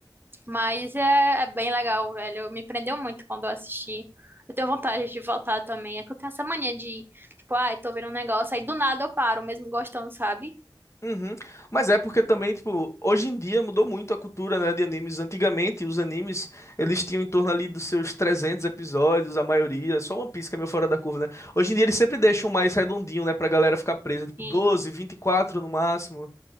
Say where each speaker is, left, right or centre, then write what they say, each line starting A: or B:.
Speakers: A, on the right; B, on the left.
A: Mas é, é bem legal, velho. Me prendeu muito quando eu assisti. Eu tenho vontade de voltar também. É que eu tenho essa mania de, tipo, ai, tô vendo um negócio, aí do nada eu paro, mesmo gostando, sabe?
B: Uhum. Mas é porque também, tipo, hoje em dia mudou muito a cultura, né, de animes. Antigamente, os animes, eles tinham em torno ali dos seus 300 episódios, a maioria, só One Piece que é meio fora da curva, né? Hoje em dia eles sempre deixam mais redondinho, né, pra galera ficar presa, tipo
A: Sim,
B: doze, vinte e quatro no máximo.